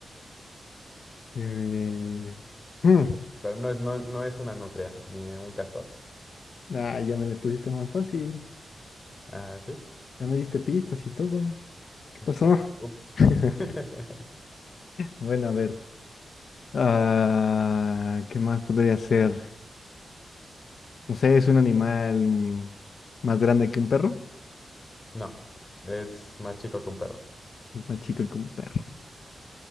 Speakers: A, on the left (about 65°); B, on the left (about 25°).
A: Eh, hmm,
B: Pero no es, no, no es una nutria ni un castor.
A: Ah, ya me le pusiste más fácil.
B: Ah, ¿sí?
A: Ya me diste pistas y todo. ¿Qué
B: Mm.
A: pasó?
B: Ups.
A: <laughs>
B: <laughs>
A: Bueno, a ver. Ah, ¿qué más podría ser? No sé, es un animal mm, más grande que un perro.
B: No, es más chico que un perro.
A: Es más chico que un perro.